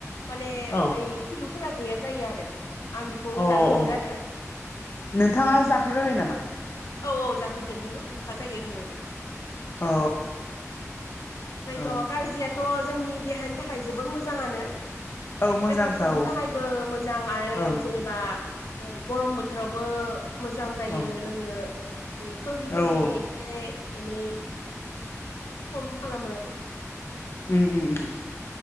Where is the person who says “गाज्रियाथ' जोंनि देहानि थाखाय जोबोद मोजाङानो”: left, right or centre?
Left